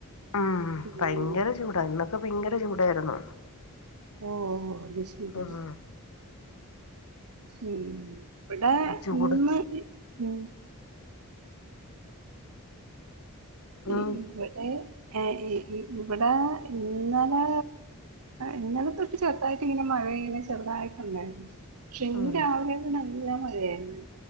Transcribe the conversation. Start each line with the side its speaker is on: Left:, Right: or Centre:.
Left: ഉം
Right: ഉം
Left: ഭയങ്കര ചൂടാ ഇന്ന്. ഇപ്പൊ ഭയങ്കര ചൂടായിരുന്നു.
Right: ഓ അതുശെരി.
Left: ഉം
Right: ഉം. ഇവിടെ
Left: ചൂട്
Right: ഇന്ന് ഉം ഈ
Left: ഉം
Right: ഇവിടെ ഏ ഇ ഇവിടെ ഇന്നലെ ഇന്നലെ തൊട്ട് ചെറുതായിട്ട് ഇങ്ങനെ മഴ ഇങ്ങനെ ചെറുതായിട്ടുണ്ടായിരുന്നു. പക്ഷെ ഇന്ന്
Left: ഉം
Right: രാവിലെയൊക്കെ നൽ ല്ല മഴയാര്ന്ന്.